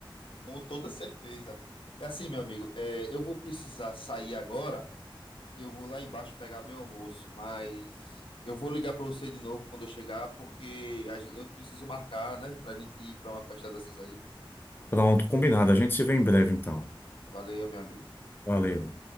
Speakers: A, on the left; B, on the left.
A: com toda certeza. É assim, meu amigo, é, eu vou precisar sair agora. que eu vou lá embaixo pegar meu almoço, mas eu vou ligar para você de novo quando eu chegar, porque a gen- eu preciso marcar, né, pra gente ir para uma festa dessas aí.
B: Pronto, combinado. A gente se vê em breve, então.
A: Valeu, meu amigo.
B: Valeu.